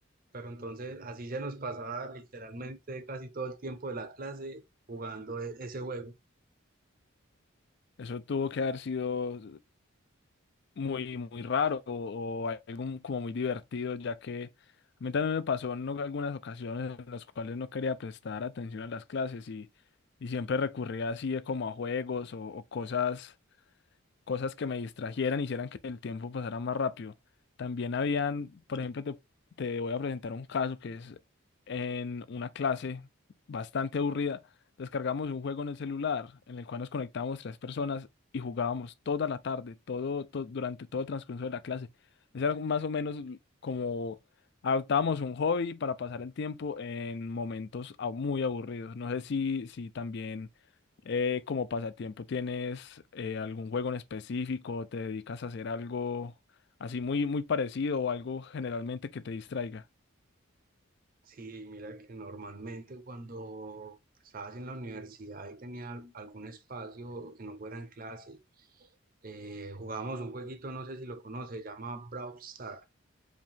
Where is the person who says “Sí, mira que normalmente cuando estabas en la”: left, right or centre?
Right